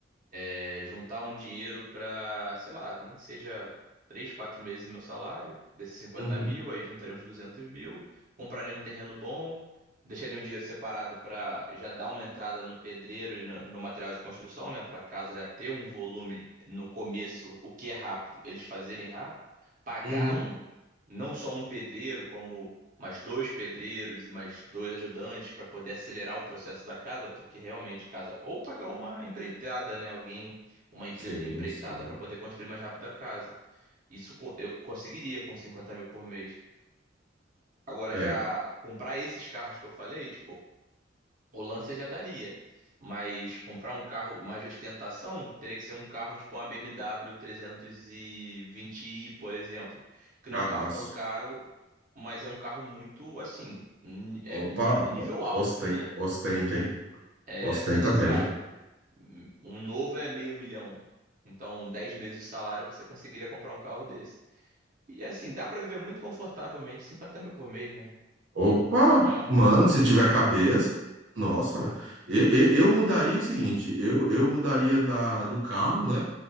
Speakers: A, on the right (about 45°); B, on the right (about 85°).
A: é, juntar um dinheiro para sei lá, nem que seja 3 4 meses do meu salário, desses cinquenta
B: Uhum,
A: mil, aí juntaria uns 200 mil, compraria um terreno bom, deixaria um dinheiro separado para já dar uma entrada no pedreiro e no, no material de construção, né? para casa já ter um volume no começo, o que é rápido, eles fazerem rápido, pagar
B: uhum.
A: um, não só um pedreiro, como mais dois pedreiros e mais dois ajudantes para poder acelerar o processo da casa, porque realmente casa ou pagar uma empreitada, né, alguém uma empresa
B: Sim,
A: de empreitada
B: sim.
A: para poder construir mais rápido a casa. Isso co- eu conseguiria com 50 mil por mês. Agora,
B: É,
A: já comprar esses carros que eu falei, tipo, o Lancer já daria. Mas comprar um carro mais de ostentação teria que ser um carro tipo uma BMW 320i, por exemplo. Que
B: Carrasco.
A: não é um carro tão caro, mas é um carro muito, assim, ni- é
B: Opa,
A: ni- nível
B: o-
A: alto,
B: osten-
A: né?
B: ostenta, hein?
A: É,
B: Ostenta
A: seria,
B: bem.
A: sei lá, Um novo é meio milhão. Então, 10 meses de salário você conseguiria comprar um carro desse. E assim, dá pra viver muito confortavelmente, 50 mil por mês, né?
B: Opa,
A: Não, não é? um-
B: mano, se tiver cabeça. Nossa, eu, eu, eu mudaria o seguinte: eu, eu mudaria da, do carro, né?